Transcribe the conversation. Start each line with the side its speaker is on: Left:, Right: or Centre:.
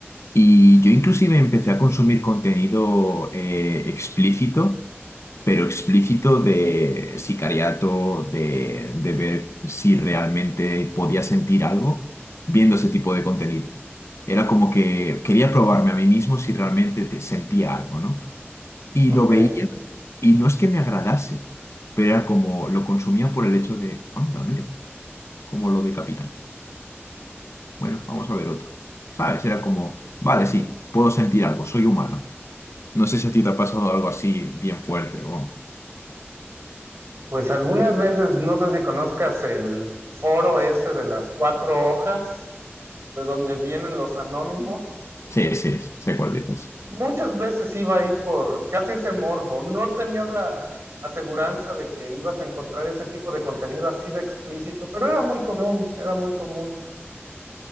Left: Y yo inclusive empecé a consumir contenido eh, explícito pero explícito de sicariato, de, de ver si realmente podía sentir algo viendo ese tipo de contenido. Era como que quería probarme a mí mismo si realmente te sentía algo, ¿no? Y
Right: ok.
Left: lo veía y no es que me agradase, pero era como lo consumía por el hecho de, anda, mira, como lo decapitan. Bueno, vamos a ver otro. ¿Sabes? Era como, vale, sí, puedo sentir algo, soy humano. No sé si a ti te ha pasado algo así bien fuerte o...
Right: Pues algunas veces, no sé si conozcas el foro ese de las cuatro hojas, de donde vienen los anónimos.
Left: Sí, sí, sé cuál dices.
Right: Muchas veces iba ahí por casi ese morbo. No tenías la aseguranza de que ibas a encontrar ese tipo de contenido así de explícito, pero era muy común, era muy común.